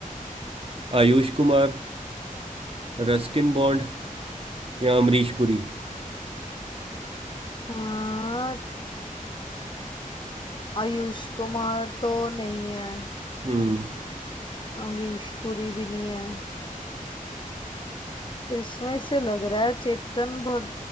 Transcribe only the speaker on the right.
आयुष कुमार रस्किन बॉन्ड या अमरीश पुरी
हम्म